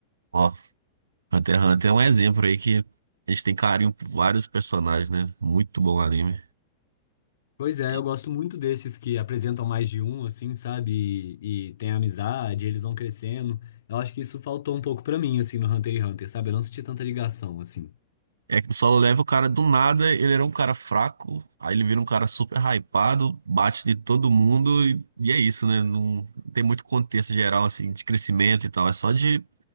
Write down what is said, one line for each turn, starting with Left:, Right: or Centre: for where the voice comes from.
Right: Ó, Hunter x Hunter é um exemplo aí que a gente tem carinho por vários personagens, né? Muito bom anime.
Left: Pois é,
Right: E
Left: eu gosto muito desses que apresentam mais de um, assim, sabe? E, e tem amizade, eles vão crescendo. Eu acho que isso faltou um pouco pra mim, assim, no Hunter x Hunter, sabe? Eu não senti tanta ligação, assim.
Right: É que o Solo Level, o cara do nada, ele era um cara fraco, aí ele vira um cara super hypado, bate de todo mundo e, e é isso, né? Não tem muito contexto geral, assim, de crescimento e tal. É só de...